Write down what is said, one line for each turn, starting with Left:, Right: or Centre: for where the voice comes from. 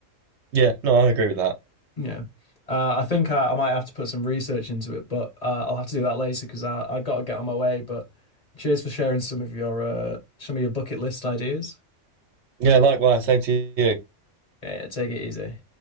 Right: Yeah, no, I agree with that.
Left: Yeah. Uh, I think I, I might have to put some research into it, but uh, I'll have to do that later because I, I got to get on my way. But cheers for sharing some of your uh, some of your bucket list ideas.
Right: Yeah, likewise, same to you.
Left: Yeah, take it easy.